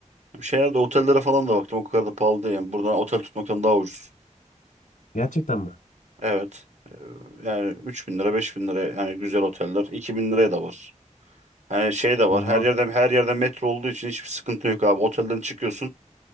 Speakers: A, on the right (about 65°); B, on the left (about 80°).
A: Şehirde otellere falan da baktım o kadar da pahalı değil. Yani buradan otel tutmaktan daha ucuz.
B: Gerçekten mi?
A: Evet. Ee, Yani 3000 lira 5000 lira yani güzel oteller 2000 liraya da var. Hani şey de
B: Oha.
A: var. Her yerden her yerden metro olduğu için hiçbir sıkıntı yok abi. Otelden çıkıyorsun.